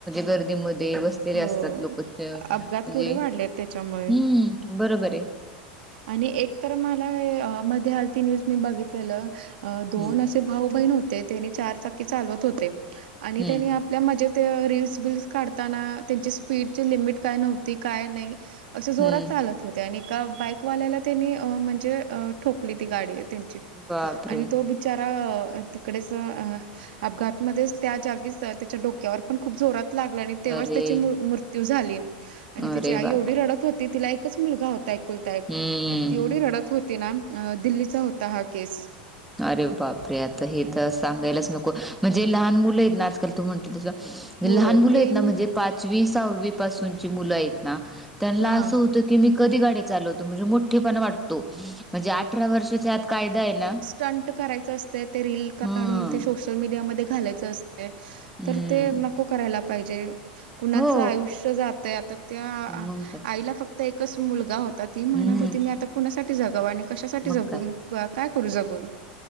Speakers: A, in the centre; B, on the right.
A: गर्दीमध्ये असतात
B: हो.
A: लोक म्हणजे
B: अपघात केवढे वाढले आहेत त्याच्यामुळे.
A: हम्म बरोबर आहे.
B: आणि एक तर मला मध्ये आलती न्यूज मी बघितलेल दोन
A: हम्म
B: भाऊ बहीण होते ते चार चाकी चालवत होते आणि
A: हम्म
B: त्यानी आपल्या म्हणजे ते रीलस बिल्स काढताना त्यांची स्पीडची लिमिट काय नव्हती काय नाही. असे जोरात
A: हम्म
B: चालत होते आणि एका बाईकवाल्याला त्यांनी म्हणजे ठोकली ती
A: हम्म
B: गाडी त्यांची
A: बापरे!
B: आणि तो बिचारा तिकडेच अपघातमध्येच त्या जागीच त्याच्या डोक्यावर पण खूप जोरात लागला आणि तेव्हाच
A: अरे,
B: त्याची मृत्यू झाली आणि
A: अरे
B: त्याची आई
A: बापरे!
B: एवढी रडत होती तिला एकच मुलगा होता. कुलतायक
A: हम्म.
B: तर तेवढी रडत होती ना दिल्लीचा होता हा केस.
A: अरे बापरे आता हे तर सांगायलाच नको म्हणजे लहान मुलं आहेत ना आजकाल तू म्हणतेस तसं
B: हो
A: लहान मुलं
B: ते
A: आहेत ना म्हणजे पाचवीत मुल आहेत ना त्यांना
B: हां.
A: असं होत ना की मी कधी गाडी चालवतो म्हणजे मोठेपण वाटतो म्हणजे अठरा वर्षाचा आत कायदा आहे ना.
B: ट्टंट करायचं असते ते रील काढून
A: हं.
B: ते सोशल मीडियामध्ये घालायचं असते
A: हम्म.
B: तर ते नको करायला पाहिजे कुणाचं
A: हो,
B: आयुष्य जात आहे आता त्या
A: मग काय.
B: आईला फक्त एकच मुलगा होता ती म्हणत
A: हम्म,
B: होती मी आता कुणासाठी जगावा आणि कशासाठी जगून
A: मग काय.
B: काय करू जगून.
A: हम्म.